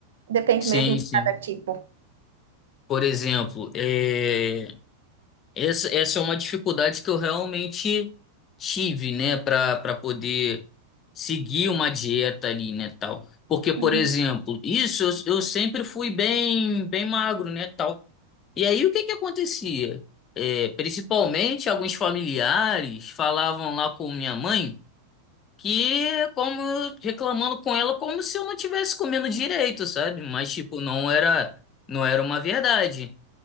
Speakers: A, on the right; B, on the left.
A: Depende
B: Sim,
A: mesmo de
B: sim.
A: cada tipo.
B: Por exemplo, é, Essa, essa é uma dificuldade que eu realmente tive, né, para para poder seguir uma dieta ali, né, tal. Porque, por
A: Uhum.
B: exemplo, isso eu, eu sempre fui bem bem magro, né, tal. E aí o que que acontecia? É, principalmente alguns familiares falavam lá com minha mãe que como eu- reclamando com ela como se eu não tivesse comendo direito, sabe? Mas tipo, não era não era uma verdade.